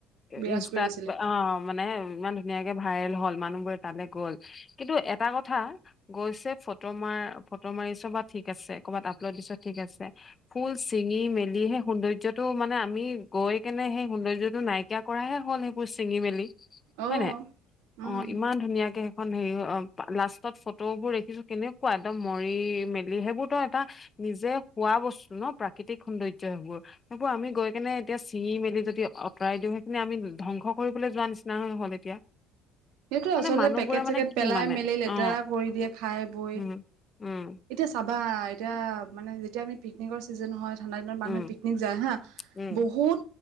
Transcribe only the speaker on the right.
বিৰাজ
কৰি আছিলে
অ
উম
সেইটোৱে
আচলতে
পেকেট
চেকেট
পেলাই
মেলি লেতেৰা
কৰি দিয়ে খায় সেইবো
এতিয়া চাবা এতিয়া মানে যেতিয়া আমি পিকনিকৰ চিজেন হয় ঠাণ্ডা দিনৰত মানুহে
পিকনিক যায় হা
বহুত